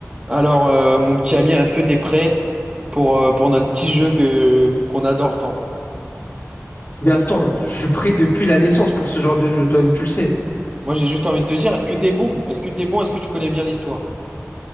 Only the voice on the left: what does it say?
Gaston, je suis prêt depuis la naissance pour ce genre de jeu, toi-même tu le sais.